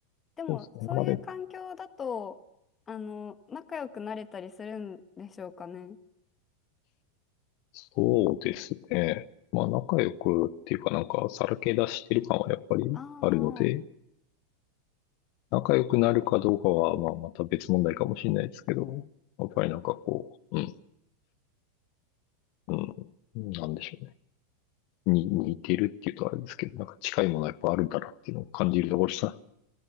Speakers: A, on the left; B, on the left.
A: でも、
B: そうですね。
A: そういう環境だと、
B: まあでも、
A: あの、仲良くなれたりするんでしょうかね。
B: そうですね。まあ、仲良くっていうかなんか、さらけ出してる感はやっぱりあるので、
A: ああ、
B: 仲良くなるかどうかは、まあ、また別問題かもしれないですけど、やっぱりなんかこう、うん、うん、なんでしょうね。に似てるっていうとあれですけど、なんか近いものはやっぱあるんだなっていうのを感じるところが